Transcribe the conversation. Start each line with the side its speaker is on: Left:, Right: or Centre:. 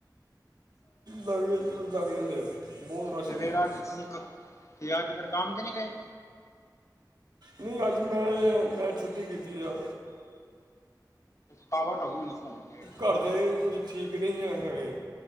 Right: ਲੱਗ ਜਾਂ- ਲੱਗ ਜਾਂਦੇ ਬਹੁਤ ਰਸ਼
Left: ਤੇ
Right: ਹੁੰਦਾ
Left: ਫੇਰ ਅ ਤੁਸੀ ਕਾ ਤੁਸੀਂ ਅੱਜ ਫਿਰ ਕੰਮ ਤੇ ਨੀ ਗੇ?
Right: ਨਈਂ ਅੱਜ ਮੈਂ, ਮੈਂ ਛੁੱਟੀ ਕੀਤੀ ਐ।
Left: ਸਾਵਣ, ਭਾਦੋਂ ਚ ਜਿਸ ਤਰ੍ਹਾਂ <unintelligible>
Right: ਘਰ ਦੇ ਕੁਝ ਠੀਕ ਨਈਂ ਹੈਗੇ।